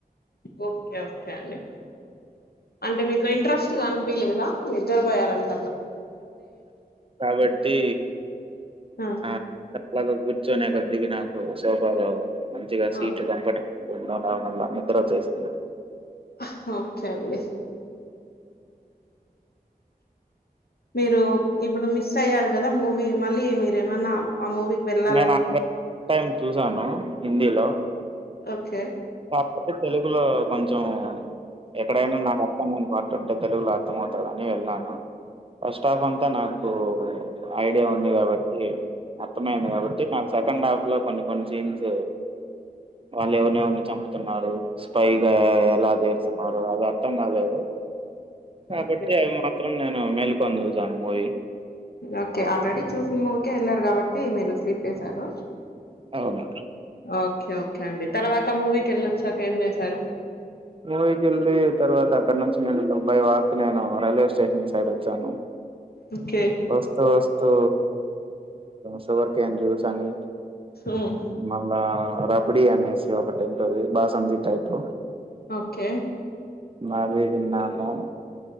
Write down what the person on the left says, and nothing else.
ఓకే ఓకే అండి అంటే మీకు ఇంట్రెస్ట్ గా అనిపియలేదా నిద్దర్బోయారని
ఆ
ఆ
హా ఓకే అండి మీరు ఇప్పుడు మిస్ అయ్యారు గదా మూవీ మళ్ళీ మీరేమన్నా ఆ మూవీకి వెళ్ళాలని
ఓకే
ఓకే
ఓకే ఆల్రెడీ చూసిన మూవీకే వెళ్ళారు కాబట్టి మీరు స్లీప్ వేసారు
ఓకే ఓకే అండి తర్వాత మూవీకి వెళ్ళొచ్చాక ఏం చేశారు
ఓకే
ఉమ్
ఓకే